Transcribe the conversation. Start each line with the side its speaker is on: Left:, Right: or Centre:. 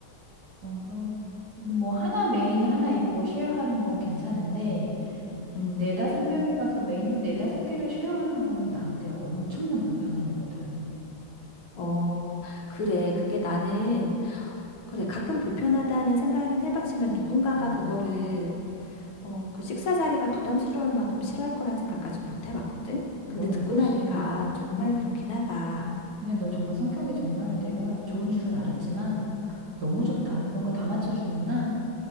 Right: 정도? 뭐 하나 메인이 하나 있고 쉐어하는 건 괜찮은데 음,
Left: 음.
Right: 네다섯 명이 가서 메뉴 네다섯 개를 쉐어하는 거는 나한테 엄청난 불편함이거든.
Left: 어, 그래. 그게 나는, 그래. 가끔 불편하다는 생각은 해봤지만 누군가가
Right: 음,
Left: 그거를 어, 그 식사 자리가 부담스러울 만큼 싫어할 거란 생각까진 못 해봤거든?
Right: 넌
Left: 근데 듣고
Right: 역시.
Left: 나니까
Right: 음,
Left: 정말
Right: 음.
Left: 그렇긴 하다.
Right: 근데 너 정말 성격이 정말 내가 좋은 줄은 알았지만 너무 좋다. 그런 거 다 맞춰주는구나.